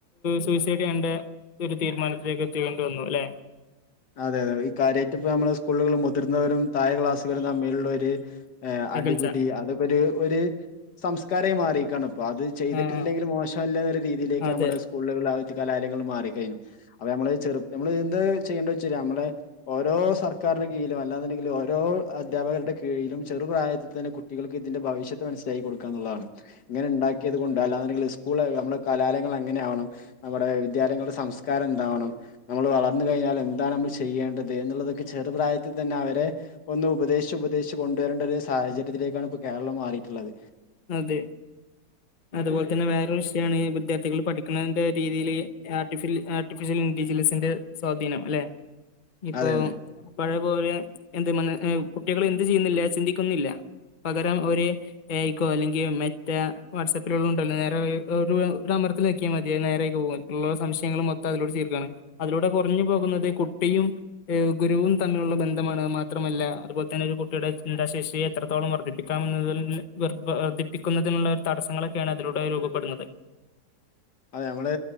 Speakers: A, on the left; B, on the left.
A: സൂയിസൈഡ് ചെയ്യേണ്ട ഒരു തീരുമാനത്തിലേക്ക് എത്തിക്കേണ്ടി വന്നു ലേ
B: അതെ അതെ ഈ കാര്യായ്റ്റ് ഇപ്പ നമ്മളെ സ്കൂളുകളും മുതിർന്നവരും തായെ ക്ലാസ്സുകരും തമ്മിലുള്ള ഒര് ഹ് അടിപിടി
A: അകൽച്ച
B: അതൊക്കെ ഒര് ഒര് സംസ്കാരായി മാറീകേണ് അപ്പോ അത് ചെയ്തിട്ടില്ലെങ്കിൽ
A: ആഹ്
B: മോശമല്ലേ ന്നൊര് രീതിയിലേക്ക്
A: അതെ
B: നമ്മുടെ സ് സ്കൂളുകള് അവധി കലാലയങ്ങൾ മാറി ക്കഴിഞ്ഞു അപ്പൊ നമ്മള് ചെറു നമ്മള് എന്താ ചെയ്യണ്ടേ വെച്ചര് നമ്മളെ ഓരോ സർക്കാരിന്റെ കീഴിലും അല്ലാന്നുണ്ടെങ്കിൽ ഓരോ അധ്യാപകരുടെ കീഴിലും ചെറുപ്രായത്തിൽ തന്നെ കുട്ട് കുട്ടികൾക്ക് ഇതിന്റെ ഭവിഷ്യത്ത് മനസ്സിലാക്കി കൊടുക്കാന്നുള്ളതാണ്. ഇങ്ങനെണ്ടാക്കിയത് കൊണ്ട് അല്ലാന്ന്ണ്ടെങ്കി സ്കൂള് നമ്മളെ കലാലയങ്ങള് അങ്ങനെ ആവണം. നമ്മുടെ വിദ്യാലയങ്ങളുടെ സംസ്കാരം എന്താവണം നമ്മള് വളർന്ന് കഴിഞ്ഞാല്. എന്താണ് മ്മൾ ചെയ്യേണ്ടത് എന്നുള്ളതൊക്കെ ചെറു പ്രായത്തിൽ തന്നെ അവരെ ഒന്ന് ഉപദേശിച്ച് ഉപദേശ് ച്ചു കൊണ്ടുവരേണ്ടൊരു സാഹചര്യത്തിലേക്കാണ്പ്പൊ കേരളം മാറീട്ട്ള്ളത്.
A: അതെ അതുപോലെ തന്നെ വേറൊരു വിഷയാണ് ഈ വിദ്യാർത്ഥികൾ പഠിക്കുന്നതിന്റെ രീതിയിൽ ആർട്ടിഫിൽ ആർട്ടിഫിഷ്യൽ ഇന്റലിജസിന്റെ. സ്വാധീനം അല്ലേ ഇപ്പോ
B: അതെ അതെ
A: പഴയ പോലെ എന്ത് മ കുട്ടികള് എന്ത് ചെയ്യുന്നില്ല ചിന്തിക്കുന്നില്ല. പകരം ഒര് ഏയ് ക്കോ അല്ലെങ്കി മറ്റേ വാട്സപ്പിലുള്ളണ്ടല്ലോ നേരെ ഒരു ഒരു അമർത്തല് നെക്ക്യാ മതി അത് നേരയ്ക് പോകും. ഉള്ള സംശയങ്ങൾ മൊത്തം അതിലൂടെ തീർക്കാണ് അതിലൂടെ കൊർഞ്ഞ് പോകുന്നത് കുട്ടിയും അ് ഗുരുവും തമ്മിലുള്ള ബന്ധമാണ് മാത്രമല്ല അതുപോൽതന്നെ ഒരു കുട്ടിയുടെ ചിന്താശേഷിയെ എത്രത്തോളം വർദ്ധിപ്പിക്കും. ക്കാമെന്നുള്ള വർദ്ധിപ്പിക്കുന്നതിനുള്ള ഒരു തടസ്സങ്ങളൊക്കെയാണ് അതിലൂടെ രൂപപ്പെടുന്നത്.
B: അതെ നമ്മള്